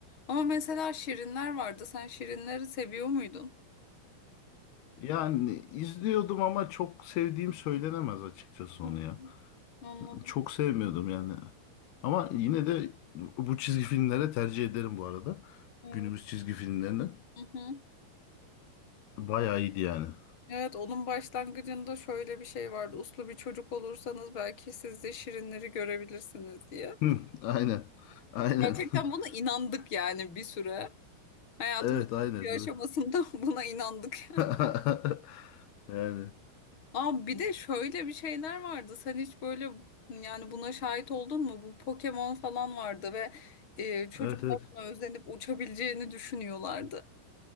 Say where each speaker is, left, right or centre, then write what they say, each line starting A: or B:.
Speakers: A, on the left; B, on the left.
A: Ama mesela Şirinler vardı. Sen Şirinleri seviyor muydun?
B: Yani izliyordum ama çok sevdiğim söylenemez açıkçası
A: Hmm,
B: onu ya.
A: Anladım.
B: Çok sevmiyordum yani. Ama yine de bu çizgi filmlere tercih ederim bu arada.
A: Evet.
B: Günümüz çizgi filmlerini.
A: Hı hı.
B: Bayağı iyiydi yani.
A: Evet, onun başlangıcında şöyle bir şey vardı. Uslu bir çocuk olursanız belki siz de Şirinleri görebilirsiniz diye.
B: Hı, aynen. Aynen.
A: Gerçekten
B: <laughs>
A: buna inandık yani bir süre. Hayatımızın
B: Evet aynen.
A: bir
B: Bu-
A: aşamasında <laughs> buna inandık.
B: <laughs> Yani
A: Aa, bir de şöyle bir şeyler vardı. Sen hiç böyle yani buna şahit oldun mu? Bu Pokemon falan vardı ve e, çocuklar
B: evet evet.
A: buna özenip uçabileceğini düşünüyorlardı.